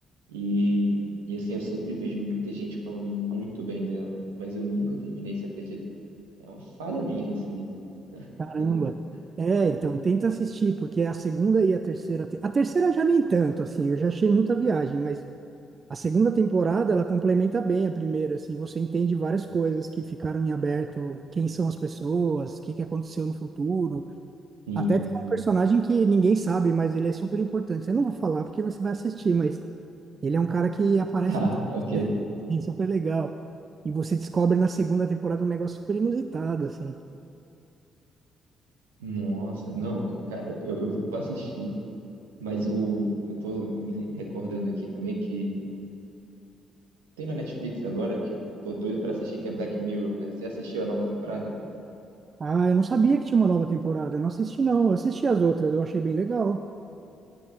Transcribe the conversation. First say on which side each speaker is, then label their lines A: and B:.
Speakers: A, on the right; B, on the right.
A: e e assim, eu sempre vejo muita gente falando muito bem dela, mas eu nunca terminei, você acredita? É uma falha minha isso aí.
B: Caramba.
A: <laughs>
B: É,
A: E-
B: então tenta assistir, porque a segunda e a terceira, te- a terceira já nem tanto assim, eu já achei muita viagem, mas A segunda temporada, ela complementa bem a primeira, assim, você entende várias coisas que ficaram em aberto, quem são as pessoas, o que que aconteceu no futuro.
A: Sim,
B: Até tem um personagem que ninguém sabe, mas ele é super importante. Eu não vou falar porque você vai assistir, mas ele é um cara que aparece
A: tá,
B: em to...
A: ok.
B: é, é super legal. E você descobre na segunda temporada um negócio super inusitado, assim.
A: Nossa, não, c- cara, eu, eu vou assistir, mas o, eu tô me recordando aqui também que tem na Netflix agora que eu tô doido pra assistir, que é Black Mirror, cara. Você assistiu a nova temporada?
B: Ah, eu não sabia que tinha uma nova temporada. Eu não assisti, não. Eu assisti as outras, eu achei bem legal.